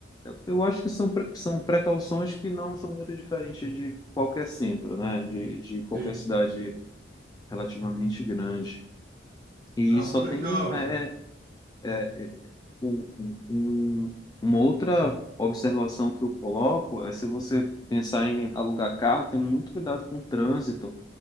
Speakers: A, on the left; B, on the right.
A: eu acho que são, pre- são precauções que não são muito diferentes de qualquer centro, né? De, de qualquer
B: Sim.
A: cidade relativamente grande. E
B: Ah,
A: só
B: pô, legal,
A: tem é,
B: Ivan.
A: é, é, é, um- um- um, uma outra observação que eu coloco é se você pensar em alugar carro, tem muito cuidado com o trânsito,